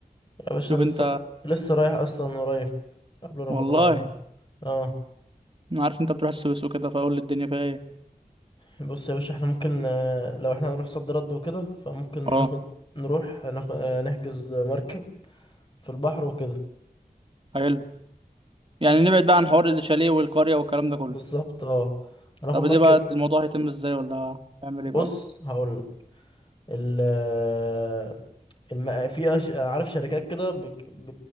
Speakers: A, on the left; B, on the right.
A: يا باشا
B: شوف
A: أنا لسه
B: انت
A: لسه رايح أصلا قريب قبل رمضان
B: والله
A: على طول اه
B: انا عارف انت بتروح السويس وكده فاقول الدنيا فيها ايه
A: بص يا باشا احنا ممكن آه، لو احنا هنروح صد رد وكده فممكن ناخد
B: اه
A: نروح ناخد آه، نحجز مركب في البحر وكده
B: حلو يعني نبعد بقى عن حوار الشاليه والقرية والكلام ده كله
A: بالظبط اه هناخد
B: طب
A: مركب
B: دي بقى الموضوع هيتم ازاي ولا هيعمل
A: بص
B: ايه بقى
A: هقولك ال آه، الم... في أش... عارف شركات كده بك... ب...